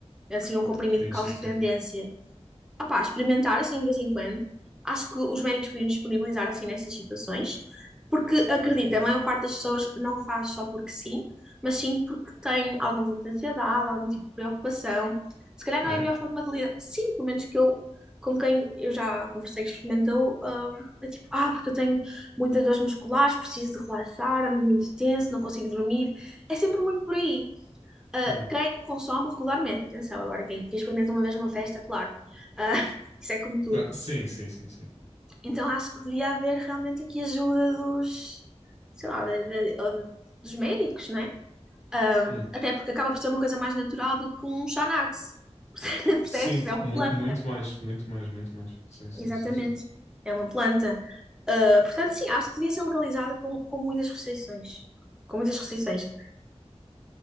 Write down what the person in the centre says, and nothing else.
assim, um comprimido
que cause
dependência,
opá, experimentar assim de vez em quando. Acho que os médicos podiam disponibilizar assim nessas situações, porque acredita, a maior parte das pessoas não faz só porque sim, mas sim porque tem algum tipo de ansiedade, algum tipo de preocupação. Se calhar
não é a
melhor forma de lidar. Sim, pelo menos que eu, com quem eu já conversei que experimentou, ah, é tipo, ah, porque eu tenho muitas dores musculares, preciso de relaxar, ando muito tenso, não consigo dormir. É sempre muito por aí. Uh,
quem consome regularmente, atenção, agora quem, quem experimenta uma vez uma festa, claro, uh, <laughs> isso é como tudo.
Então acho que devia haver realmente aqui ajuda dos, sei lá, de- de- ou de- dos médicos, né? Uh,
até porque acaba por ser uma coisa mais natural do que um Xanax, <laughs> percebes?
Tipo, É uma
planta,
exatamente,
é uma planta. Uh, portanto, sim, acho que devia ser legalizada com, com muitas restrições. Com muitas restrições.